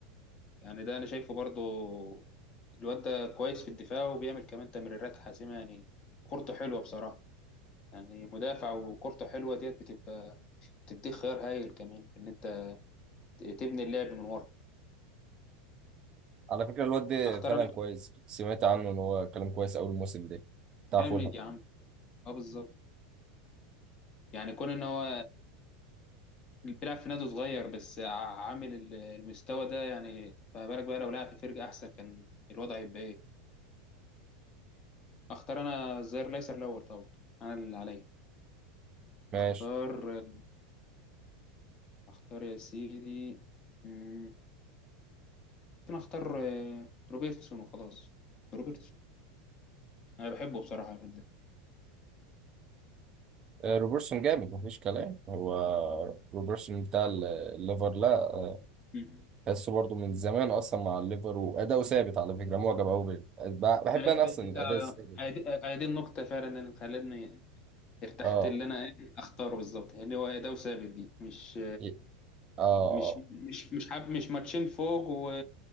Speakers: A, on the left (about 35°); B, on the right (about 30°).
A: يعني ده انا شايفه برضو الواد ده كويس في الدفاع وبيعمل كمان تمريرات حاسمه يعني كورته حلوه بصراحه يعني مدافع وكورته حلوه ديت بتبقى بتديك خيار هايل كمان في ان انت تبني اللعب من ورا
B: على فكره الواد ده
A: اختار
B: فعلا
A: انا
B: كويس سمعت عنه ان هو كلام كويس اول الموسم ده بتاع
A: جامد
B: فولهام
A: يا عم اه بالظبط يعني كون ان هو بيلعب في نادي صغير بس ع- عامل ال- المستوى ده يعني فما بالك بقى لو لعب في فرقة أحسن كان الوضع هيبقى إيه أختار أنا الظهير الأيسر الأول طبعا أنا اللي عليا
B: ماشي
A: أختار أختار يا سيدي مم، ممكن أختار آه، روبرتسون وخلاص روبرتسون أنا بحبه بصراحة جدا
B: آه، روبرتسون جامد مفيش كلام هو روبرتسون بتاع ال- الليفر لا
A: مم.
B: تحسه برضو من زمان اصلا مع الليفر واداؤه ثابت على فكره معجب قوي بال- ب- بحب
A: آه،
B: انا
A: آه،
B: اصلا
A: دي
B: الاداء
A: آه،
B: الثابت
A: آه، آه، دي النقطة فعلا اللي خلتني ارتحت
B: اه
A: اللي أنا إيه أختاره بالظبط يعني هو ده وثابت دي مش
B: ي- اه
A: مش
B: اه
A: مش مش حاب مش ماتشين فوق و...